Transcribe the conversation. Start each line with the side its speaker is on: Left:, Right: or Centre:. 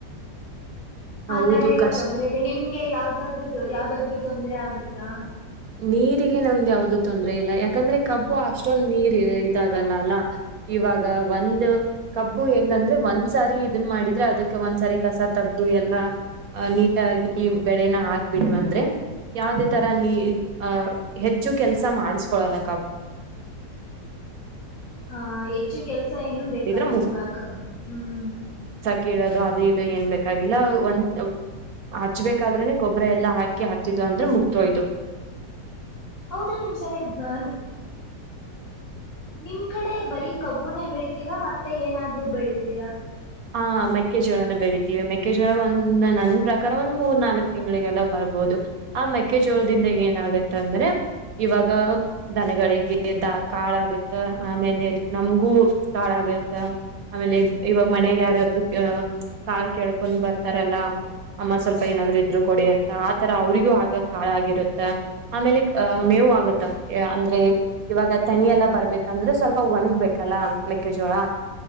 Right: ಹೌದು
Left: ಆತರ ಎಲ್ಲಾ
Right: ಕಷ್ಟ
Left: ತೊಂದ್ರೆ ಇದೆ ನಿಮ್ ಗೆ ಯಾವ್ದಾದ್ರೂ ಯಾವ್ದಾದ್ರು ತೊಂದ್ರರೆ ಆಗುತ್ತಾ
Right: ನೀರಿಗೆ ನಮ್ದ ಯಾವ್ದು ತೊಂದ್ರ ಇಲ್ಲ ಯಾಕಂದ್ರೆ ಕಬ್ಬು ಅಷ್ಟೊಂದ ನೀರ್ ಇದಾಗಲ್ಲ ಅಲ್ಲ ಇವಾಗ ಒಂದ್ ಕಬ್ಬು ಹೆಂಗಂದ್ರೆ ಒಂದ್ಸಾರಿ ಇದನ್ನ ಮಾಡಿದ್ರೆ ಅದಕ್ ಒಂದ್ಸಾರಿ ಕಸ ತಗ್ದು ಎಲ್ಲಾ ನೀಟಾಗಿ ಬೆಳೆನ ಹಾಕ್ಬಿಟ್ ಬಂದ್ರೆ ಯಾವ್ದೇ ತರ ನೀ ಅಹ ಹೆಚ್ಚು ಕೆಲ್ಸ ಮಾಡಸ್ಕೊೊಳ್ಳಲಕ್ಕ
Left: ಹಾ ಹೆಚ್ಚು ಕೆಲ್ಸ ಸ ಏನು
Right: ಕಬ್ಬಿದ್ರೆ
Left: ಬೇಕಾಗಿಲ್ವಾಗ ಹ್ಮ್
Right: ಕೋದು ಅದು ಇದು ಏನ್ ಬಾಗಿಲ್ಲ ಒಂದ ಹಚ್ಬೇಕಾದ್ರೆನೆ ಗೊಬ್ಬ್ರ ಎಲ್ಲಾ ಹಾಕಿ ಹಚ್ಚಿದು ಅಂದ್ರೆ ಮುಗ್ದೋಯತು
Left: ಹೌದು ನಿಮ್ ಸಡೆ ಬನ್ ನಿಮ್ ಕಡೆ ಬರೀ ಕಬ್ಬುನೇ ಬೆಳಿತೀರಾ ಮತ್ತೆ ಏನಾದ್ರೂ ಬೆಳಿತೀರಾ
Right: ಆ ಮೆಕ್ಕೆಜೋಳನ ಬೆಳಿತೀವಿ ಮೆಕ್ಕೆಜೋಳ ಒಂದ ನನ್ ಪ್ರಕಾರ ಒಂದ್ ಮೂರ್ ನಾಲ್ಕಕ್ ತಿಂಗಳಿಗೆಲ್ಲ ಬರ್ಬಹದು ಆ ಮೆಕ್ಕೆಜೋಳದಿಂದ ಏನಾಗತ್ತ ಅಂದ್ರೆ ಇವಾಗ ದನಗಳಿಗೆ ದ ಕಾಳಾಗತ್ತ ಆಮೇಲೆ ನಮ್ಗೂ ಕಾಳಾಗತ್ತ ಆಮೇಲೆ ಇವಾಗ ಮನೆಗೆ ಯಾರಾದ್ರು ಕಾಲ್ ಕೇಳ್ಕೊಂಡ್ ಬರ್ತಾರಲ್ಲ ಅಮ್ಮ ಸ್ವಲ್ಪ ಏನಾದ್ರು ಇದ್ರು ಕೊಡ ಆತರ ಅವ್ರಿಗೂ ಆಗ ಕಾ ಆಗಿರುತ್ತ ಆಮೇಲೆ ಆಹ ಮೇವು ಆಗುತ್ತ ಅಂದ್ರೆ ಇವಾಗ ತನಿೆಲ್ಲ ಬರ್ಬೇಕಂದ್ರೆ ಸ್ವಲ್ಪ ಒಣಗ್ಬೇಕಲ್ಲ ಮೆಕ್ಕೆಜೋಳ